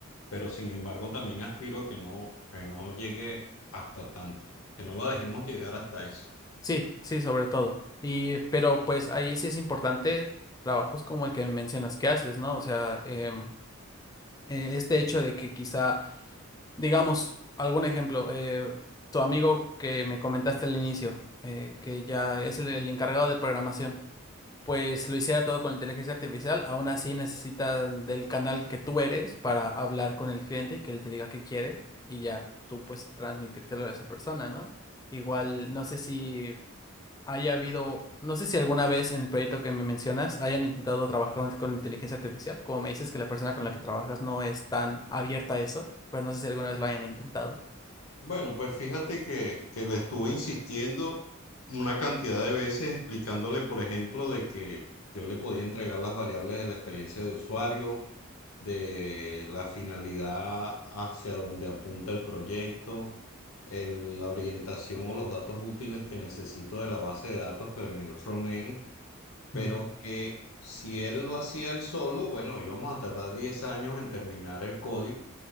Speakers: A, on the left; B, on the left.
A: pero sin embargo también aspiro a que no, que no llegue hasta tanto, que no la dejemos llegar hasta eso.
B: Sí, sí, sobre todo. Y, pero pues ahí sí es importante trabajos como el que mencionas que haces, ¿no? O sea, em, eh, este hecho de que quizá, digamos, algún ejemplo, eh, tu amigo que me comentaste al inicio, eh, que ya es el el encargado de programación. pues lo hiciera todo con inteligencia artificial, aún así necesitan del canal que tú eres para hablar con el cliente y que él te diga qué quiere y ya tú pues transmitírtelo a esa persona, ¿no? Igual, no sé si haya habido, no sé si alguna vez en el proyecto que me mencionas hayan intentado trabajar con inteligencia artificial, como me dices que la persona con la que trabajas no es tan abierta a eso, pero no sé si alguna vez lo hayan intentado.
A: Bueno, pues fíjate que, que le estuve insistiendo una cantidad de veces explicándole, por ejemplo, de que yo le podía entregar las variables de la experiencia de usuario, de la finalidad hacia donde apunta el proyecto, el- la orientación o los datos útiles que necesito de la base de datos, pero en el front-end,
B: Ujú,
A: pero que si él lo hacía él solo, bueno, íbamos a tardar 10 años en terminar el código